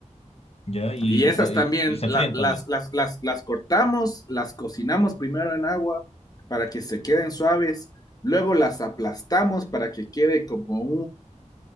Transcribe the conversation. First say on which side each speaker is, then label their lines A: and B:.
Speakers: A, on the left (about 50°); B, on the left (about 30°).
A: ya, y,
B: Y esas
A: cua- y-
B: también
A: y se
B: la-
A: fríen
B: las,
A: también.
B: las, las, las cortamos, las cocinamos primero en agua para que se queden suaves, luego las aplastamos para que quede como